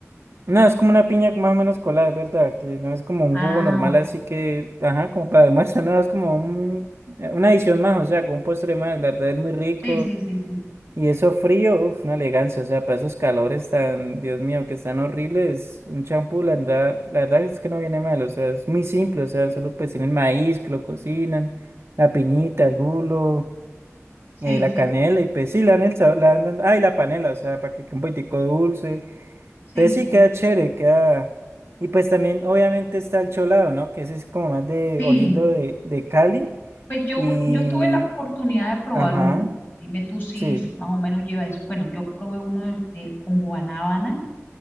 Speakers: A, on the right; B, on the left.
A: No, es como una piña más o menos colada, es verdad, que no es como un
B: Ah,
A: jugo normal,
B: o-
A: así que, ajá, como para almuerzo, no, es como un, eh, una adición más, o sea, con un postre más, la verdad es muy rico.
B: sí, sí, sí, sí.
A: Y eso frío, uff, una elegancia, o sea, para esos calores tan, Dios mío, que están horribles, un champú, la verdad, la verdad es que no viene mal, o sea, es muy simple, o sea, solo pues tienen maíz, que lo cocinan, la piñita, el lulo,
B: Sí,
A: eh, la
B: sí,
A: canela, y pues sí, le dan el sabor, le dan, ay, la panela, o sea, para que quede un poquitico dulce.
B: sí,
A: Entonces
B: sí.
A: sí queda chévere, queda... Y pues también obviamente está el cholado, ¿no? Que ese es como más de
B: Sí,
A: oriendo de, de Cali.
B: Pues yo,
A: Y...
B: un- yo tuve la oportunidad de probar
A: Ajá,
B: uno. Dime tú si,
A: sí.
B: si más o menos lleva eso. Bueno, yo probé uno de, de- con guanábana,